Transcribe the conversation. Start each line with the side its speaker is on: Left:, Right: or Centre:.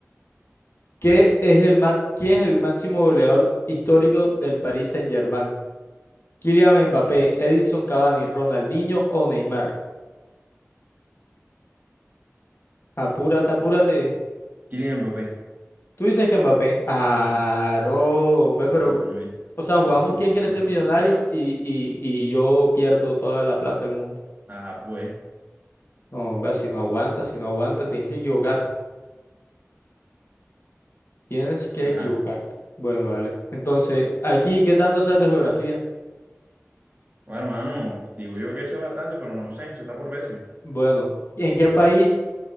Left: ¿Qué es el max- ¿Quién es el máximo goleador histórico del Paris Saint-Germain? ¿Kylian Mbappé, Edinson Cavani, Ronaldinho o Neymar? Apúrate, apúrate.
Right: Kylian Mbappé.
Left: Tú dices que Mbappé. Ah,
Right: Ya está.
Left: no, hombre,
Right: No,
Left: pero.
Right: hermano, ¿viste?
Left: O sea, jugamos
Right: Yo soy
Left: quién
Right: un
Left: quiere
Right: monstruo.
Left: ser millonario
Right: man.
Left: y, y, y yo pierdo toda la plata del mundo.
Right: Ah, pues.
Left: No, hombre, si no aguantas, si no aguantas, tienes que equivocarte. Tienes que
Right: Ajá.
Left: equivocarte. Bueno, dale. Entonces, aquí, ¿qué tanto sabes de geografía?
Right: No, hermano, digo yo que sé bastante, pero no sé. Eso está por veces.
Left: Bueno, ¿en qué país